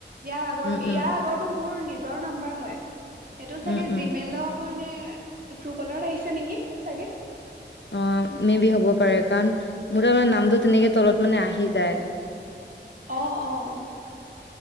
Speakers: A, on the right; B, on the left.
A: ইয়াৰ আগৰটো,
B: উম
A: ইয়াৰ
B: উম
A: আগৰটো মোৰ নিজ নিজৰ নাম্বাৰ হয়। সেইটো চাগে
B: উম উম
A: জিমেলৰ কাৰণে ট্ৰু কলাৰত আহিছে নেকি চাগে?
B: অ', মে' বি হ'ব পাৰে, কাৰণ মোৰ তাৰ মানে নামটো তেনেকে তলত মানে আহি যায়।
A: অ, অ।